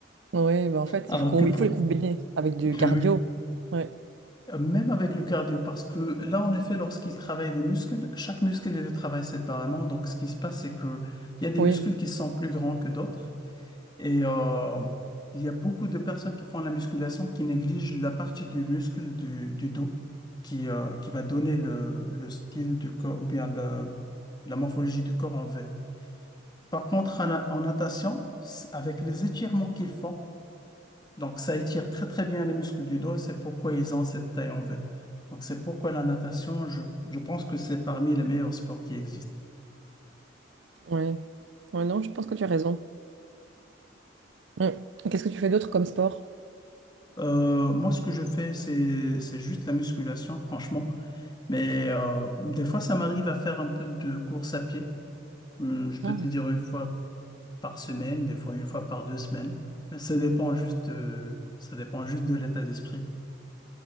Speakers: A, on the right (about 70°); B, on the left (about 20°).
A: Oui, bah en fait,
B: Alors
A: il faut qu'on,
B: que pour,
A: il faut les combiner avec du
B: <laughs>
A: cardio.
B: oui,
A: Ouais.
B: même avec le cardio, parce que là, en effet, lorsqu'ils travaillent les muscles, chaque muscle, il le travaille séparément. Donc, ce qui se passe, c'est que il y a des
A: Oui,
B: muscles qui sont plus grands que d'autres. Et euh, il y a beaucoup de personnes qui font la musculation qui négligent la partie du muscle du, du dos qui, euh, qui va donner le, le style du corps ou bien le- la morphologie du corps en V. Par contre, en, en natation, c'est- avec les étirements qu'ils font, donc ça étire très très bien les muscles du dos, c'est pourquoi ils ont cette taille en V. Donc c'est pourquoi la natation, je, je pense que c'est parmi les meilleurs sports qui existent.
A: oui. Ouais, non, je pense que tu as raison. Mm. Et Qu'est-ce que tu fais d'autre comme sport?
B: Euh, moi, ce que je fais, c'est, c'est juste la musculation, franchement. Mais euh, des fois, ça m'arrive à faire un peu de course à pied. Hum, je peux
A: Ah.
B: te dire une fois par semaine, des fois une fois par deux semaines. Mais ça dépend juste, euh, ça dépend juste de l'état d'esprit.